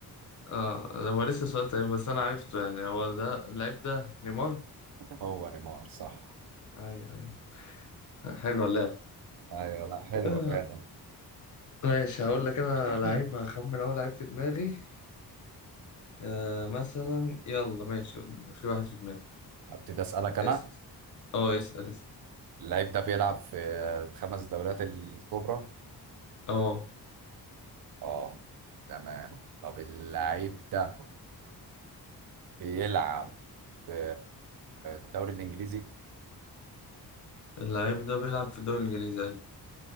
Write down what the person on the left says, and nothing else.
اه هو لسه سؤال تاني بس انا عرفته يعني هو ده اللعيب ده نيمار
ايوه ايوه حلوه اللعبه
آه،
ماشي هقول لك انا
لعيب هخمن اول لعيب في دماغي آه مثلا يلا ماشي في واحد في دماغي
اسال اه اسال اسال
اه
اللعيب ده بيلعب في الدوري الانجليزي ايوه